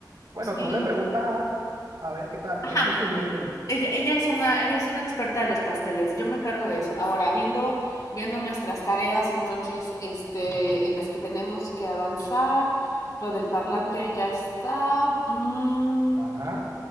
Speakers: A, on the right; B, on the left.
A: Bueno,
B: Sí.
A: tú le preguntas a, a ver qué tal,
B: Ajá.
A: qué te sugieren ellos.
B: Ella, ella es una, ella es una experta de los pasteles. Yo me encargo de eso. Ahora, viendo, viendo nuestras tareas, entonces, este, en las que tenemos que avanzar, lo del parlante ya está. mm,
A: Ajá.